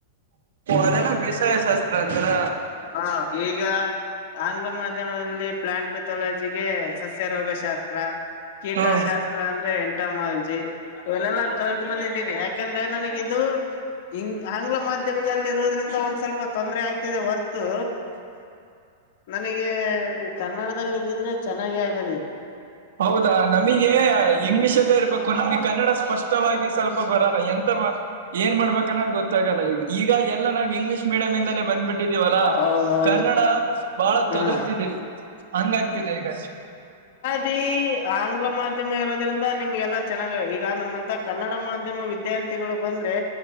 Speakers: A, on the right; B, on the left.
A: ಅದನ ಬೇಸಾಯ ಶಾಸ್ತ್ರ ಅಂದರ್.
B: ಹಾ ಈಗ ಆಂಗ್ಲ ಮಾಧ್ಯಮದಲ್ಲಿ ಪ್ಲಾಂನ್ ಪೆಥಾಲಜಿಗೆ ಸಸ್ಯ ರೋಗ ಶಾಸ್ತ್ರ.. ಕೇಟಾ
A: ಹ್ಮ
B: ಶಸ್.. ತ್ರ ಅಂದ್ರೆ ಎಂಟ ಮಾಲ್ಜಿ ಇವನ್ನಲ್ಲಾ ಕಲ್ತ್ ಬಂದಿದ್ದ ದೇನಿ ಯಾಕಂದ್ರೆ ನನಗಿದು.. ಇಂಗ್ ಆಂಗ್ಲ ಮಾಧ್ಯಮದಲ್ಲಿ ಇರೋದ್ರಿಂದ ಒಂದ್ ಸ್ವಲ್ಪ ತೊಂದ್ರರೆ ಆಗ್ತಿದೆ ಹೊರ್ತು. ನನಗೆ ಕನ್ನಡದಲ್ಲ ಇದ್ದಿದ್ರೆ ಚೆನ್ನಾಗಿ ಆಗದ ಇದು.
A: ಹೌದಾ ನಮಗ ಇಂಗ್ಲಿಷ್ಲ್ಲೇ ಇರ್ಬೇಕು ನಮ್ನ ಕನ್ನಡ ಸ್ಪಷ್ಟವಾಗಿ ಸ್ವಲ್ಪ ಬರಲ್ಲ ಎಂತ ಮಾಡದ್. ಏನ್ ಮಾಡ್ಬೇಕನ್ನೋದುಗೊತ್ತಾಗಲ್ಲ ಈಗ ಈಗ ಎಲ್ಲ ನಾವ್ ಇಂಗ್ಲೀಷ್ ಮೀಡಿಯಂ ಇಂದಾನೇ ಬಂದ್ಬಿಟ್ಟಿದೀವಲ್ಲಾ.
B: ಹೌದೌದು
A: ಕನ್ನಡ ಬಾಳ ತೊದರ್ತಿದೆ
B: ಹಾ
A: ಹಂಗ ಆಗ್ತಿದೆ ಈಗ..
B: ಹಿ... ಆಂಗ್ಲ ಮಾಧ್ಯಮ ಇರೋದ್ರಿಂದ ನಿಮ್ಗೆಲ್ಲಾ. ಚೆನ್ನಾಗ ಈಗ ನಮ್ಮಂತ ಕನ್ನಡ ಮಾಧ್ಯಮ ವಿದ್ಯಾರ್ಥಿಗಳು ಬಂದ್ರೆ